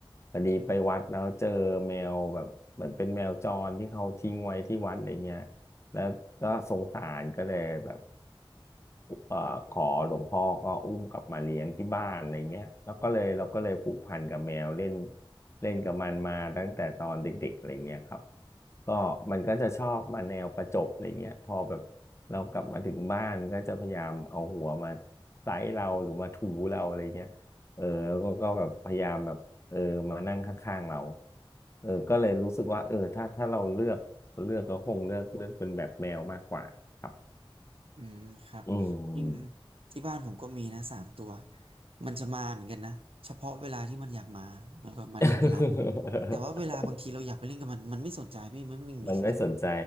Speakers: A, on the left; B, on the right.
A: พอดีไปวัดแล้วเจอแมวแบบเหมือนเป็นแมวจรที่เขาทิ้งไว้ที่วัดอะไรเงี้ยแล้วก็สงสารก็เลยแบบ เอ่อขอหลวงพ่อก็อุ้มกลับมาเลี้ยงที่บ้านอะไรเงี้ยแล้วก็เลยเราก็เลยผูกพันกับแมวเล่นเล่นกับมันมาตั้งแต่ตอนเด็กๆอะไรเงี้ยครับก็มันก็จะชอบมาแนวประจบอะไรเงี้ยพอแบบเรากลับมาถึงบ้านก็จะพยายามเอาหัวมาไซเราหรือมาถูเราอะไรเงี้ยเออแล้วก็ก็แบบพยายามแบบเออมานั่งข้างๆเราเออก็เลยรู้สึกว่าเออถ้าถ้าเราเลือกเลือกก็คงเลือกเลือกเป็นแบบแมวมากกว่าครับ
B: อืมครับจริง
A: อืม
B: ที่บ้านผมก็มีนะสามตัวมันจะมาเหมือนกันนะเฉพาะเวลาที่มันอยากมามันก็มาเล่นกับเรา
A: <laughs>
B: แต่ว่าเวลาบางทีเราอยากไปเล่นกับมันมันไม่สนใจพี่มันวิ่งหนี
A: มันไม่สนใจ